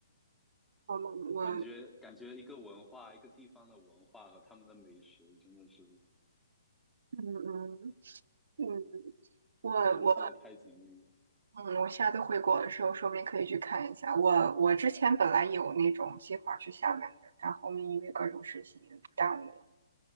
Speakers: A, on the right; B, in the centre.
A: 我我
B: 感觉感觉一个文化，一个地方的文化和他们的美食真的是
A: 嗯嗯嗯，我我
B: 联系的太紧密了
A: 嗯，我下次回国的时候，说不定可以去看一下。我我之前本来有那种计划去厦门的，但后面因为各种事情耽误了。